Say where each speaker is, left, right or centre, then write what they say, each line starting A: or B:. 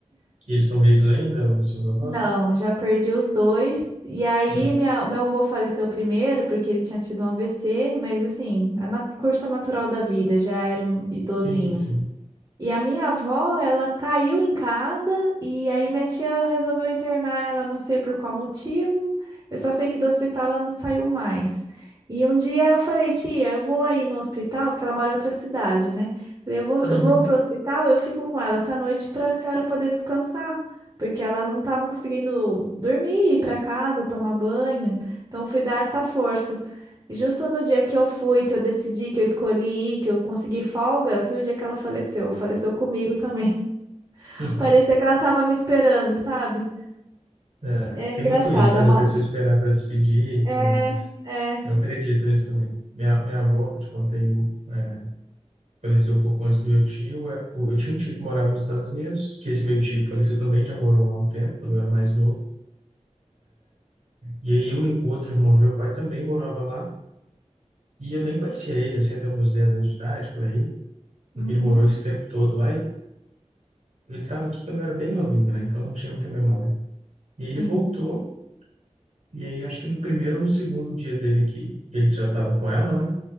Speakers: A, on the right; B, on the right.
A: E eles estão vivos ainda, os seus avós?
B: não, já perdi os dois. E aí
A: Uhum.
B: minha, meu avô faleceu primeiro porque ele tinha tido um AVC, mas assim, a na- curso natural da vida, já era um idosinho.
A: Sim, sim.
B: E a minha avó, ela caiu em casa e aí minha tia resolveu internar ela, não sei por qual motivo. Eu só sei que do hospital ela não saiu mais. E um dia eu falei, tia, eu vou aí no hospital, porque ela mora em outra cidade, né? Falei, eu vou,
A: Uhum.
B: eu vou pro hospital, eu fico com ela essa noite para a senhora poder descansar, porque ela não estava conseguindo dormir, ir para casa, tomar banho. Então fui dar essa força. Justo no dia que eu fui, que eu decidi, que eu escolhi ir, que eu consegui folga, foi o dia que ela faleceu. Faleceu comigo também. <laughs>
A: <laughs>
B: Parecia que ela tava me esperando, sabe?
A: É,
B: É
A: tem
B: engraçado,
A: muito isso, né?
B: é uma.
A: Da pessoa esperar para despedir e
B: É,
A: tudo mais.
B: é.
A: Eu acredito nisso também. Minha, minha avó, que eu te contei, é, faleceu um pouco antes do meu tio. é, o- Eu tinha um tio que morava nos Estados Unidos, que esse meu tio que faleceu também, já morou lá um tempo, quando eu era mais novo. E aí o outro irmão do meu pai também morava lá, e eu nem conhecia ele, assim, até os meus 10 anos de idade, por aí, porque
B: Uhum,
A: ele morou esse tempo todo lá, e ele estava aqui quando eu era bem novinho, né? Então eu não tinha muita memória. E aí ele
B: sim.
A: voltou, e aí acho que no primeiro ou no segundo dia dele aqui, que ele já estava com ela, né?